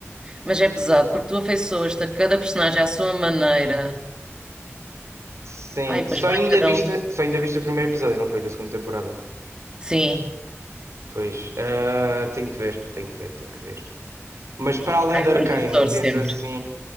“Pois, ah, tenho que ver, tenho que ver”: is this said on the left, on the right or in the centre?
Right